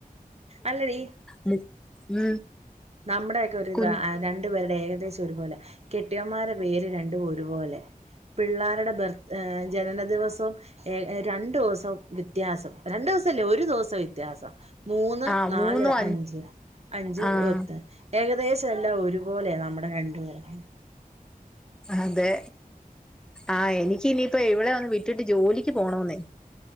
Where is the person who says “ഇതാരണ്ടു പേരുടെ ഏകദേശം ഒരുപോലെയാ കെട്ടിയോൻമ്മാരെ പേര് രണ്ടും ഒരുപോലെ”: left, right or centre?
Right